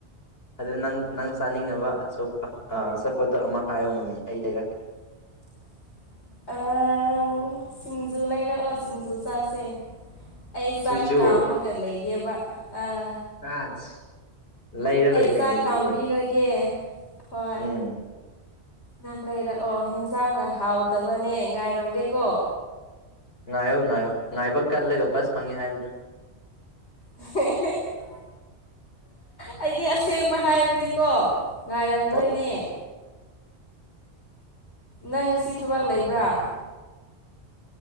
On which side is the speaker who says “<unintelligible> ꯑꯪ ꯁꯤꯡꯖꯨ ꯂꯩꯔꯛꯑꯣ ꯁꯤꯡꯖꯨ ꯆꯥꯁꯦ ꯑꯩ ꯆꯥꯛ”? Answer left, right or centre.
Left